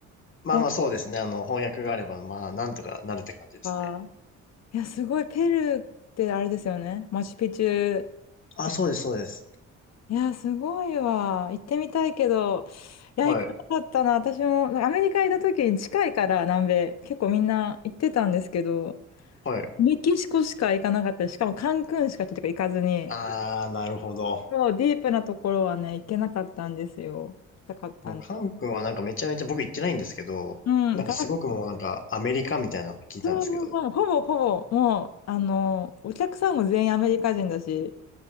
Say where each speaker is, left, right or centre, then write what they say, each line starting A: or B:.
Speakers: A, on the left (about 40°); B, on the left (about 60°).
A: まあまあそうですね。
B: 本と
A: あの、翻訳があれば、まあ、なんとかなるって感じですね。
B: か、いや、すごい、ペルーってあれですよね。マチュピチュって。
A: あ、そうです、そうです。
B: いや、すごいわ。行ってみたいけど、いや、
A: はい、
B: 行かなかったな。私もなんかアメリカ行った時に近いから南米、結構みんな行ってたんですけど、
A: はい。
B: メキシコしか行かなかったし、しかもカンクンしかちょっと行かずに、
A: ああ、なるほど。
B: そう、ディープなところはね、行けなかったんですよ。行きたかったんです。
A: もう、カン君はなんかめちゃめちゃ、僕行ってないんですけど、
B: うん、
A: なんかすごくもうなんかアメリカみたいなのを聞いたんですけど。
B: 行かなかった。そうそうそう、ほぼほぼ、もう、あの、お客さんも全員アメリカ人だし、